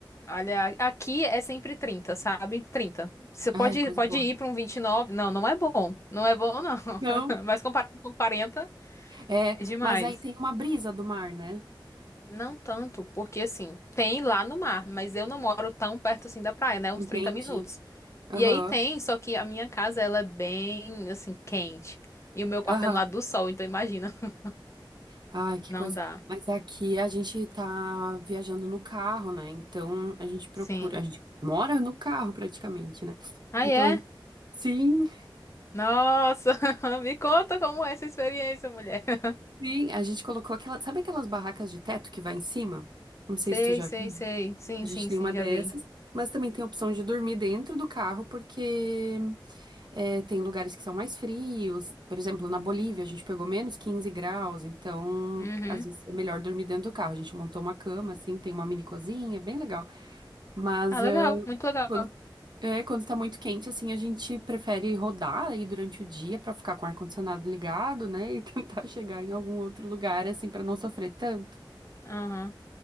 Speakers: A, on the left; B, on the right.
A: Olha, aqui é sempre 30, sabe? 30. Você
B: Ai,
A: pode,
B: coisa
A: pode
B: boa.
A: ir pra um 29? Não, não é bom. Não é bom, não. <laughs>
B: Não?
A: Mas comparado com 40,
B: É,
A: é demais.
B: mas aí tem uma brisa do mar, né?
A: Não tanto, porque assim, tem lá no mar, mas eu não moro tão perto assim da praia, né? Uns
B: Entendi.
A: 30 minutos.
B: Aham,
A: E aí tem, só que a minha casa ela é bem assim quente. E o meu quarto
B: aham.
A: é no lado do sol, então imagina. <laughs>
B: Ai, que
A: Não
B: coisa.
A: dá.
B: Mas aqui a gente tá viajando no carro, né? Então a gente procura,
A: Sim.
B: a gente mora no carro praticamente, né?
A: Ah
B: Então,
A: é?
B: a gente- sim,
A: Nossa, <laughs> me conta como é essa experiência, mulher. <laughs>
B: sim, a gente colocou aquela, sabe aquelas barracas de teto que vai em cima? Não sei
A: Sei,
B: se tu já
A: sei,
B: viu.
A: sei. Sim,
B: A gente
A: sim,
B: tem
A: sim,
B: uma
A: já
B: dessas,
A: vi.
B: mas também tem a opção de dormir dentro do carro, porque é, tem lugares que são mais frios. Por exemplo, na Bolívia a gente pegou menos 15 graus, então
A: Uhum.
B: às vezes é melhor dormir dentro do carro. A gente montou uma cama, assim, tem uma mini cozinha, bem legal. Mas
A: Ah, legal,
B: ah,
A: muito legal.
B: quando, é, quando tá muito quente, assim, a gente prefere rodar aí durante o dia pra ficar com o ar-condicionado ligado, né? E <laughs> tentar chegar em algum outro lugar, assim, pra não sofrer tanto.
A: Aham.